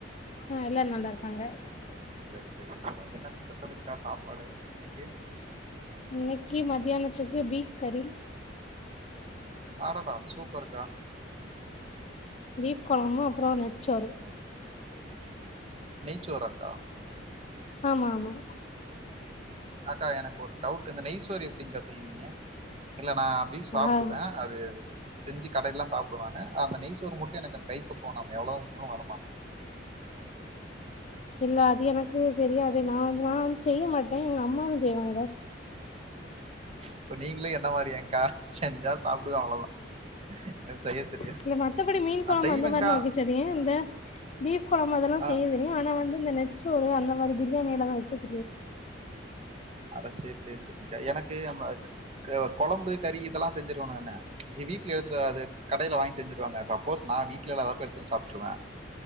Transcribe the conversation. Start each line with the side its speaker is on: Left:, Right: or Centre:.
Left: ஆ எல்லாரு நல்லா இருக்காங்க
Right: செரி செரி்ங்க்கா என்ன ஸ்பெஷலுங்கக்கா சாப்பாடு இன்னக்கி
Left: இன்னக்கி மதியானத்துக்கு பீஃப் கறி
Right: அடடா சூப்பருக்கா
Left: பீஃப் கொழம்பு அப்பறோ நெய்ச்சோறு
Right: நெய்ச்சோறாக்கா
Left: ஆமா ஆமா
Right: அக்கா எனக்கொரு டவுட்டு இந்த நெய்சோறு எப்டிங்க்கா செய்வீங்க இல்ல நா பீஃப் சாப்டுவே
Left: ஆ
Right: அது அது சிஸ் செஞ்சு கடைலலா சாப்டுவா நானு அந்த நெய்சோறு மட்டு எனக்கு அந்த கைப்பக்குவொ நம்ம எவ்ளோ தா செஞ்சாலு வரமாட்டெங்கிது
Left: இல்ல அது எனக் கு தெரியாதே நா வந்து நா வந் செய்ய மாட் டே எங்க அம்மாதாஞ் செய்வாங்க
Right: அப்ப நீங்களு என்ன மாரியாங்க்கா செஞ்சா சாப்டுவே அவ்ளோதா எனக்கு செய்ய தெரியாது
Left: இல்ல மத்தப்படி மீன்
Right: நா
Left: கொழம்பு
Right: செய்வேங்க்கா
Left: அந்த மாரிலா வக்க செரியு இந்த பீஃப் கொழம்பு அதெல்லா
Right: ஆ
Left: செய்ய தெரியு ஆனா வந் து இந்த நெச்சோறு அந்த மாரி பிரியாணி எல்லாலா வக்க தெரியாது
Right: அட சேர் சேர் செரி்ங்க்கா எனக் கு <unintelligible> குழம்பு கறி இதெல்லாம் செஞ்சிருவ நானு ச் எங்க வீட்ல எடுத்துவ அது கடேல வாங்கி செஞ்சிருவாங்க சப்போஸ் நான் வீட்ல இல்லாதப்ப எடுத்து வந்து சாப்ட்றுவேன்